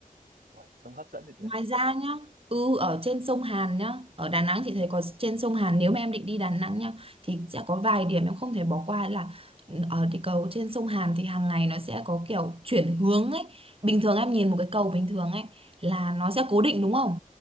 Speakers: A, on the right (about 80°); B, on the right (about 40°).
A: ui trông hấp dẫn được nhỉ
B: Ngoài ra nhá, ừ ở trên sông Hàn nhá, ở Đà Nẵng chị thấy có trên sông Hàn nếu mà em định đi Đà Nẵng nhá thì sẽ có vài điểm em không thể bỏ qua là ừ, ở cái cầu trên sông Hàn thì hàng ngày nó sẽ có kiểu chuyển hướng ấy. Bình thường em nhìn một cái cầu bình thường ấy là nó sẽ cố định đúng không?